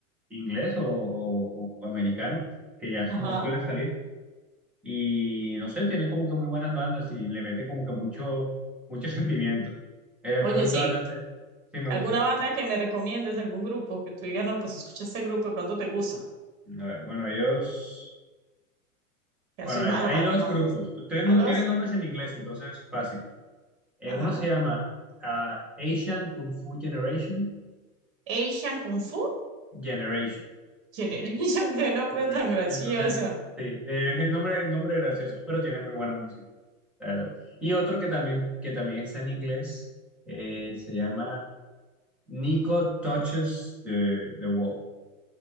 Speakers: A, in the centre; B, on the right.
A: inglés o, o- o americano, que ya
B: Ajá.
A: no suele salir. Y no sé, tiene como que muy buenas bandas y le mete como que mucho, mucho <laughs> sentimiento. Eh,
B: Oye,
A: me gusta
B: sí,
A: bastante. Sí, me
B: alguna
A: gusta.
B: banda que me recomiendes, algún grupo que tú digas, no, pues escucha este grupo, de pronto te gusta.
A: A ver, bueno, ellos.
B: Ya
A: Bueno,
B: soy
A: hay,
B: malo
A: hay
B: para
A: dos
B: los nombres.
A: grupos. Tienen,
B: A dos.
A: tienen nombres en inglés, entonces fácil. Eh,
B: Ajá.
A: uno se llama ah, Asian Kung Fu Generation.
B: Asian Kung Fu
A: Generation.
B: Generation. <laughs> Qué nombre
A: Generation.
B: tan gracioso.
A: Entonces, sí, eh, es el nombre, nombre gracioso, pero tiene muy buena música, la verdad. Y otro que también, que también está en inglés, eh, se llama Nico Touches the, the Wall.